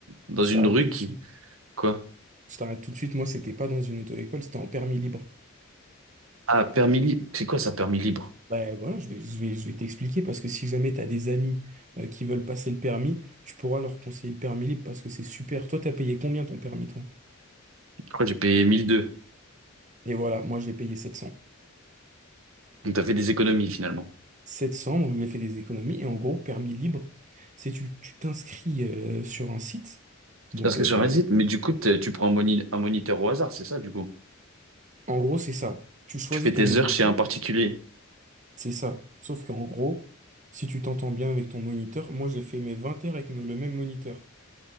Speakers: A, on the right (about 75°); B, on the right (about 35°).
A: Dans
B: Je
A: une
B: t'arrête
A: rue
B: tout
A: qui.
B: de suite.
A: Quoi?
B: Je t'arrête tout de suite. Moi, c'était pas dans une auto-école, c'était en permis libre.
A: Ah, permis libre. C'est quoi ça, permis libre?
B: Ben voilà, je vais, je vais, je vais t'expliquer parce que si jamais t'as des amis euh, qui veulent passer le permis, tu pourras leur conseiller le permis libre parce que c'est super. Toi, t'as payé combien ton permis, toi?
A: Je crois que j'ai payé 1002.
B: Et voilà, moi j'ai payé 700.
A: Donc t'as fait des économies finalement.
B: 700, donc j'ai fait des économies. Et en gros, permis libre, c'est tu tu t'inscris euh, sur un site, donc
A: Parce que
B: euh,
A: sur
B: permis.
A: Reddit, mais du coup, t'es- tu prends un, moni- un moniteur au hasard, c'est ça, du coup?
B: En gros, c'est ça. Tu choisis
A: Tu fais tes
B: ton moniteur,
A: heures chez un particulier.
B: c'est ça. Sauf qu'en gros, si tu t'entends bien avec ton moniteur, moi j'ai fait mes 20 heures avec me- le même moniteur.